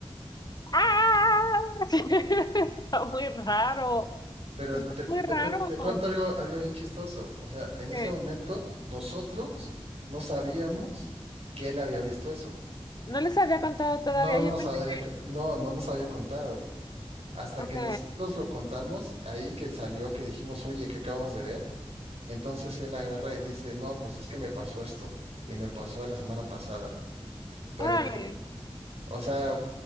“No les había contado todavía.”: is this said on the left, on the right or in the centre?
Left